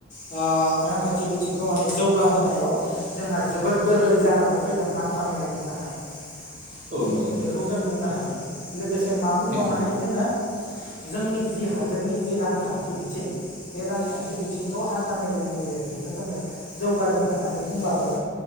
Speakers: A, on the left (about 40°); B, on the right (about 40°).
A: ओ रांखान्थि बिथिंखौ माने जौ जौगा होनायाव जोंहा जोबोद गोरलै जानानै फैदों हान्था मेलानि थाखाय
B: औ
A: बे
B: नंगौ
A: बेखौ जों बुंनो हायो लोगोसे मा बुंबावनो
B: नंगौ नंगौ
A: हायो जोङो जोंनि जि हादोरनि जि रांखान्थि बिथिं बे रांखान्थि बिथिंखौ हान्था मेलानि गेजेरजोंनो जोङो जौगादों होननानै बुंबाबो